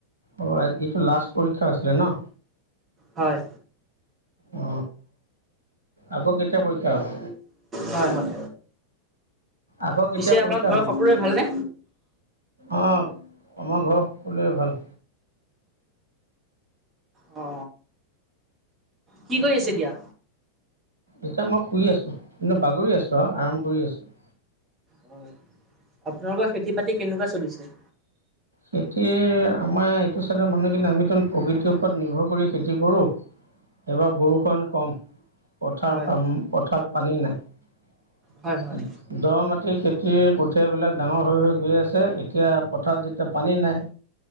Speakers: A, on the right; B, on the right.
A: অ এইটো লাষ্ট পৰীক্ষা আছিলে ন
B: হয়
A: অ আকৌ কেতিয়া পৰীক্ষা হব
B: হয় হয়
A: আগৰ
B: পিছে
A: কেতিয়া পৰীক্ষা
B: আপোনাৰ ঘৰৰ
A: হব
B: সকলোৰে ভালনে?
A: অ আমাৰ ঘৰৰ সকলোৱে ভাল
B: অ কি কৰি আছে এতিয়া
A: এতিয়া মই শুই আছো কিন্তু বাগৰি আছো আৰু আৰাম কৰি আছো
B: হয় আপোনালোকৰ খেতি বাতি কেনেকুৱা চলিছে
A: খেতি আমাৰ এইটো চাইডৰ মানুহখিনি আমি প্ৰকৃতিৰ ওপৰত নিৰ্ভৰ কৰি খেতি কৰোঁ এইবাৰ বৰষুণ কম পথাৰ
B: হয় হয়।
A: পথাৰত পানী নাই
B: হয় হয়
A: দ মাটিৰ খেতি খেতি কঠীয়াবিলাক ডাঙৰ হৈ হৈ গৈ আছে এতিয়া পথাৰত যেতিয়া পানী নাই